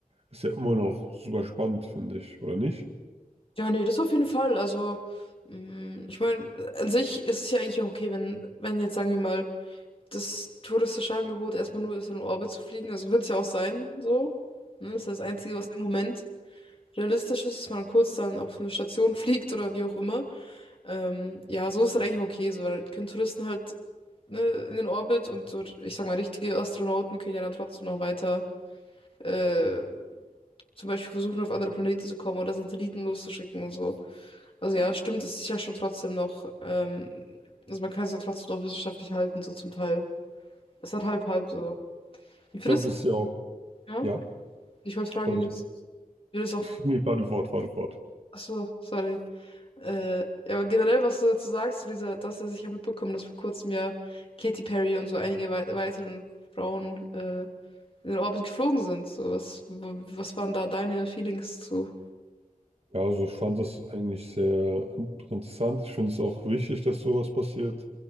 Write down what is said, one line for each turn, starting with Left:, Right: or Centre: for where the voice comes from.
Right: ist ja immer noch super spannend, finde ich, oder nicht?
Left: Ja, nee, das auf jeden Fall. Also, mh, ich meine, an sich ist es ja eigentlich auch okay, wenn, wenn jetzt, sagen wir mal, das touristische Angebot erstmal nur ist, in den Orbit zu fliegen. Also wird es ja auch sein, so. Ne? Das ist das Einzige, was im Moment realistisch ist, dass man kurz dann auf eine Station fliegt oder wie auch immer. Ähm, ja, so ist das eigentlich okay, so, weil können Touristen halt, ne, in den Orbit und so, ich sag mal, richtige Astronauten können ja dann trotzdem noch weiter, äh, zum Beispiel versuchen, auf andere Planeten zu kommen oder Satelliten loszuschicken und so. Also ja, stimmt, es ist ja schon trotzdem noch, ähm, also man kann es ja trotzdem noch wissenschaftlich halten, so zum Teil. Es hat halb halb so. Wie findest
Right: Ich glaube,
Left: du
Right: es
Left: es?
Right: ist ja auch.
Left: Ja?
Right: Ja,
Left: Ich wollte fragen,
Right: Also,
Left: wie du das, wie du das auch.
Right: nee, fahr du fort, fahr du fort.
Left: Achso, sorry. Äh, ja, aber generell, was du dazu sagst, zu dieser, dass er sich ja mitbekommen, dass vor kurzem ja Katy Perry und so einige wei weiteren Frauen äh, in den Orbit geflogen sind. So, was, w- was waren da deine Feelings zu?
Right: Ja, also ich fand das eigentlich sehr in- interessant. Ich finde es auch wichtig, dass sowas passiert,